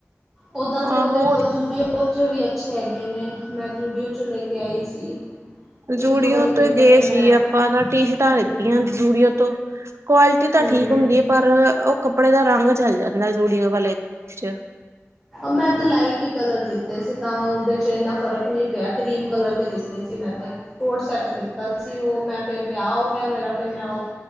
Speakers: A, in the centre; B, on the right (about 60°).
A: ਓਦਾਂ ਤੇ ਉਹਦੇ
B: ਆਹੋ
A: ਕੋਲ ਜੂਡੀਓ ਚ ਵੀ ਅੱਛੇ ਹੈਗੇ ਨੇ। ਮੈਂ ਜੂਡੀਓ ' ਲੈ ਕੇ ਆਈ ਸੀ।
B: ਜੂੜਓ
A: ਇੱਕ ਦੋ ਵਾਰੀ ਲਿੱਤੇ
B: ਤੇ ਗਏ
A: ਨੇ ਮੈਂ
B: ਸੀ ਆਪਾਂ ਤਾਂ ਟੀ ਸ਼ਟਾਂ ਲਿੱਤੀਆਂ।
A: ਹੂੰ
B: ਜੂੜਓ ਤੋਂ ਕੁਆਲਿਟੀ ਦਾ
A: ਹੂੰ
B: ਠੀਕ ਹੁੰਦੀ ਹੈ। ਪਰ ਉਹ ਕੱਪੜੇ ਦਾ ਰੰਗ ਉ ਚਾਹੀਦਾ ਨਾਲੇ ਜੂਡਿਉ ਵਾਲ ਲੇ ਚ
A: ਮੈਂ ਤੇ ਲਾਈਟ ਹੀ ਕਲਰ ਲਿੱਤੇ ਸੀ ਤਾਂ ਉਹਦੇ ਚ ਇੰਨਾ ਫ਼ਰਕ ਨਹੀਂ ਪਿਆ। ਕਰੀਮ ਕਲਰ ਦੇ ਲਿੱਤੇ ਸੀ। ਮੈਂ ਤੇ ਕੋਟ ਸੈਟ ਲਿੱਤਾ ਸੀ। ਸੀ। ਉਹ ਮੈਂ ਫੇਰ ਵਿਆਹ ਹੋ ਗਿਆ। ਮੇਰਾ ਫੇਰ ਮੈਂ ਉਹ